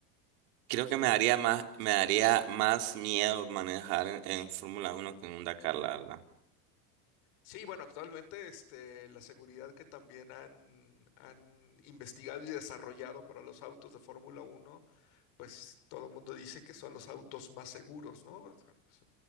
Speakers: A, on the right (about 75°); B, on the left (about 60°).
A: creo que me daría más, me daría más miedo manejar en, en Fórmula Uno que en un Dakar, la verdad.
B: sí, bueno, actualmente este, la seguridad que también han, han investigado y desarrollado para los autos de Fórmula uno, pues todo el mundo dice que son los autos más seguros, ¿no? O sea, pues,